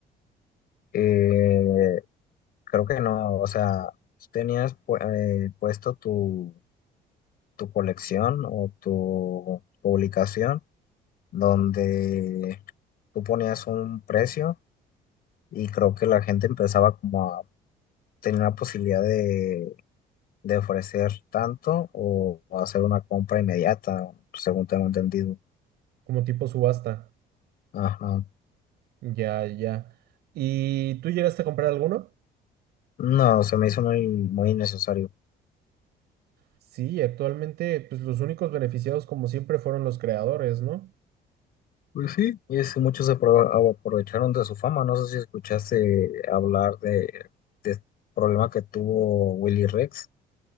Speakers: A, on the left (about 65°); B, on the right (about 75°).
A: Eh, creo que no, o sea, tú tenías pu- eh, puesto tu, tu colección o tu publicación donde tú ponías un precio y creo que la gente empezaba como a tener la posibilidad de, de ofrecer tanto o, o hacer una compra inmediata, según tengo entendido.
B: como tipo subasta.
A: Ajá.
B: Ya, ya. ¿Y tú llegaste a comprar alguno?
A: No, se me hizo muy, muy innecesario.
B: Sí, actualmente, pues los únicos beneficiados, como siempre, fueron los creadores, ¿no?
A: Pues sí, es, muchos se apro- aprovecharon de su fama. No sé si escuchaste hablar de, de este problema que tuvo Willy Rex